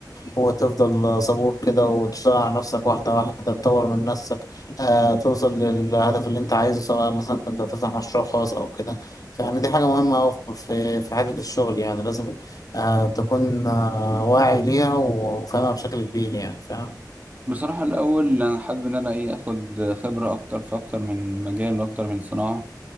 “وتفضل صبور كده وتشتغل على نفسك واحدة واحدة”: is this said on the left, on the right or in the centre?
Left